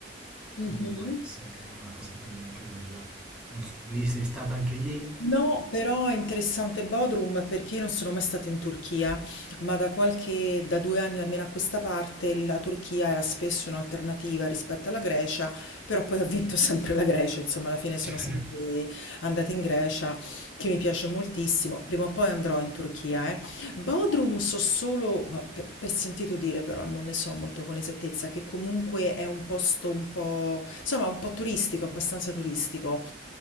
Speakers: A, on the left (about 85°); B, in the centre.
A: Mh-mh.
B: quindi può essere una cosa carina anche quella. Non so, lì sei stata anche lì?
A: No, però è interessante Bodrum perché io non sono mai stata in Turchia, ma da qualche, da due anni almeno a questa parte la Turchia era spesso un'alternativa rispetto alla Grecia, però poi ha vinto <laughs> sempre la Grecia, insomma alla fine sono
B: <laughs>
A: sempre andata in Grecia, che mi piace moltissimo, prima o poi andrò in Turchia, eh. Bodrum so solo, ma per, per sentito dire però, non ne so molto con esattezza, che comunque è un posto un po', insomma un po' turistico, abbastanza turistico.